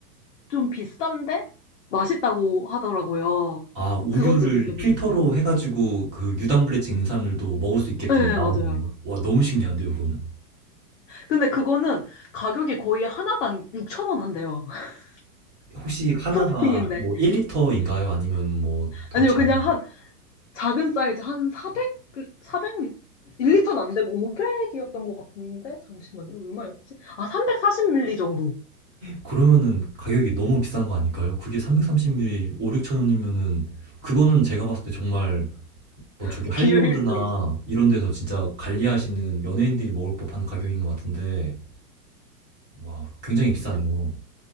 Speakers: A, on the left; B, on the right.
A: 좀 비싼데 맛있다고 하더라고요.
B: 아, 우유를
A: 그것도 드셔보셨어요?
B: 필터로 해가지고 그 유당불내 찍는 사람들도 먹을 수 있게끔
A: 네, 네,
B: 나오는
A: 맞아요.
B: 거. 와, 너무 신기한데요, 그거는?
A: 근데 그거는 가격이 거의 하나당 6천 원 한대요. <laughs>
B: 혹시 하나가
A: 프로틴인데.
B: 뭐 1리터인가요? 아니면 뭐 더
A: 아니요,
B: 작은?
A: 그냥 작은 사이즈 한 400, 400 리, 1리터는 안 되고 500이었던 것 같은데 잠시만요. 얼마였지? 아, 340ml 정도.
B: 그러면은 가격이 너무 비싼 거 아닐까요? 그게 330ml 5, 6천 원이면은 그거는 제가 봤을 때 정말 뭐
A: <laughs>
B: 저기 할리우드나
A: 비효율적이죠.
B: 이런 데서 진짜 관리하시는 연예인들이 먹을 법한 가격인 것 같은데 와, 굉장히 비싸네요.